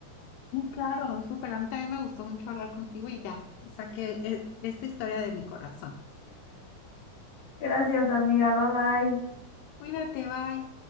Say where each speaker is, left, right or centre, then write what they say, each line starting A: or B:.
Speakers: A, on the left; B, on the left.
A: Muy claro, súper. A mí también me gustó mucho hablar contigo y ya, saqué eh, esta historia de mi corazón.
B: Gracias, amiga. Bye bye.
A: Cuídate, bye.